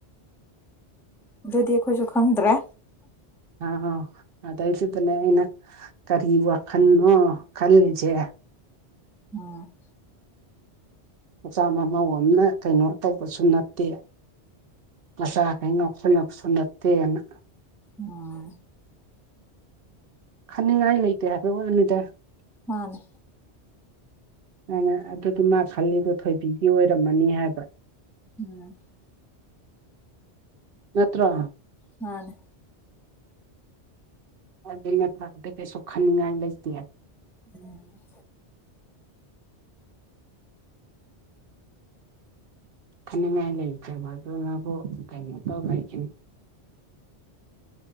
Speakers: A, in the centre; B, on the right (about 60°).
A: ꯑꯗꯨꯗꯤ ꯑꯈꯣꯏꯖꯨ ꯈꯪꯗ꯭ꯔꯦ
B: ꯑ ꯑꯧ ꯑꯗꯩꯗꯨꯗꯅꯦ ꯑꯩꯅ ꯀꯔꯤ ꯋꯥꯈꯟꯅꯣ ꯈꯜꯂꯤꯖꯦ
A: ꯎꯝ
B: ꯃꯆꯥ ꯃꯃꯧ ꯑꯝꯅ ꯀꯩꯅꯣ ꯇꯧꯕꯁꯨ ꯅꯠꯇꯦ ꯃꯁꯥꯈꯩ ꯉꯥꯎꯁꯟꯅꯕꯁꯨ ꯅꯠꯇꯦꯅ
A: ꯑꯥ
B: ꯈꯟꯅꯤꯡꯉꯥꯏ ꯂꯩꯇꯦ ꯍꯥꯏꯕꯩ ꯋꯥꯅꯤꯗꯥ
A: ꯃꯥꯅꯦ
B: ꯑꯩꯅ ꯑꯗꯨꯗꯤ ꯃꯥ ꯈꯜꯂꯤꯗꯣ ꯊꯣꯏꯕꯤꯒꯤ ꯑꯣꯏꯔꯝꯃꯅꯤ ꯍꯥꯏꯕ
A: ꯎꯝ
B: ꯅꯠꯇ꯭ꯔ
A: ꯃꯥꯅꯤ
B: ꯑꯗꯨ ꯅꯠꯇꯔ꯭ꯒꯗꯤ ꯀꯩꯁꯨꯨ ꯈꯟꯅꯤꯡꯉꯥꯏ ꯂꯩꯇꯦꯕ
A: ꯎꯝ
B: ꯈꯟꯅꯤꯡꯉꯥꯏ ꯂꯩꯇꯕ ꯑꯗꯨꯅꯕꯨ ꯀꯩꯅꯣ ꯇꯧ ꯍꯥꯏꯈꯤꯝ꯫